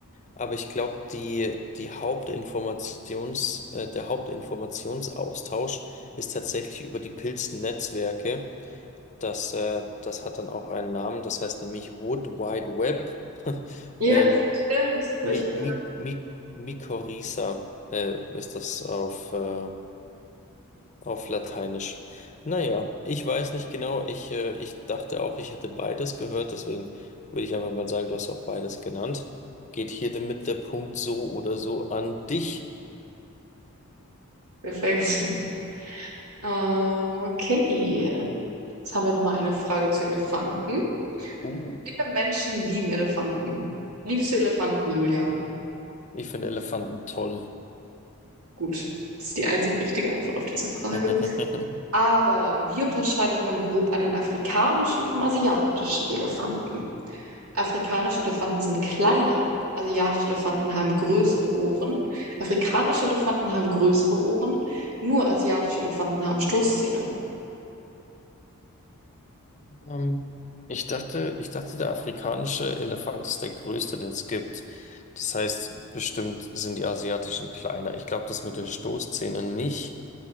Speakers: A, on the left; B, on the right.
A: aber ich glaube, die, die Hauptinformations, äh, der Hauptinformationsaustausch ist tatsächlich über die Pilznetzwerke. Das, äh, das hat dann auch einen Namen, das heißt nämlich Wood Wide Web. <laughs>
B: Ja,
A: ähm,
B: stimmt. hab
A: Mi
B: ich gehört.
A: Mi Mi Mykorrhiza äh, ist das auf, äh, auf Lateinisch. Naja, ich weiß nicht genau. Ich, äh, ich dachte auch, ich hätte beides gehört, deswegen würde ich einfach mal sagen, du hast auch beides genannt. Geht hier damit der Punkt so oder so an dich?
B: Perfekt. <laughs> Ähm, okay. Jetzt haben wir nochmal eine Frage zu Elefanten.
A: Uh,
B: Viele Menschen lieben Elefanten. Liebst du Elefanten, Julian?
A: ich finde Elefanten toll.
B: Gut. Das ist die einzig richtige Antwort auf diese Frage.
A: <laughs>
B: Aber wie unterscheidet man grob einen afrikanischen vom asiatischen Elefanten? Afrikanische Elefanten sind kleiner. Asiatische Elefanten haben größere Ohren. Afrikanische Elefanten haben größere Ohren. Nur asiatische Elefanten haben Stoßzähne.
A: Ähm, ich dachte, ich dachte, der afrikanische Elefant ist der größte, den es gibt. Das heißt, bestimmt sind die asiatischen kleiner. Ich glaube, das mit den Stoßzähnen nicht.